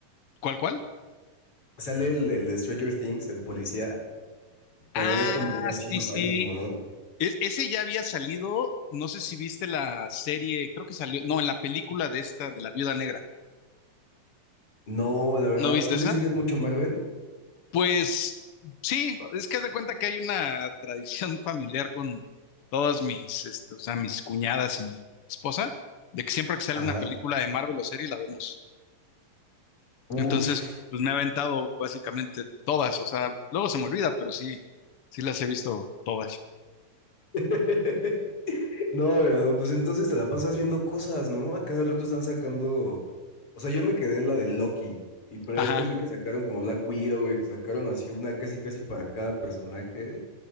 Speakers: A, on the left; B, on the left.
A: ¿Cuál, cuál?
B: Sale el, el de Stranger Things, el policía. Pero
A: Ah,
B: ahora es como uno así
A: sí,
B: mamadísimo,
A: sí.
B: ¿no?
A: Es- ese ya había salido. No sé si viste la serie, creo que salió. No, en la película de esta, de la Viuda Negra.
B: No, la verdad,
A: ¿No viste
B: ¿tú
A: esa?
B: sí sigues mucho Marvel?
A: Pues sí, es que haz de cuenta que hay una tradición <laughs> familiar con todas mis, este, o sea, mis cuñadas y mi esposa, de que siempre que sale
B: Ajá.
A: una película de Marvel o serie la vemos.
B: Uf.
A: Entonces, pues me he aventado básicamente todas, o sea, luego se me olvida, pero sí, sí las he visto todas.
B: <laughs> No, hermano, pues entonces te la pasas viendo cosas, ¿no? A cada rato están sacando. O sea, yo me quedé en la de Loki. Y pero
A: Ajá,
B: después vi que sacaron como Black Widow, y que sacaron así una casi casi para cada personaje.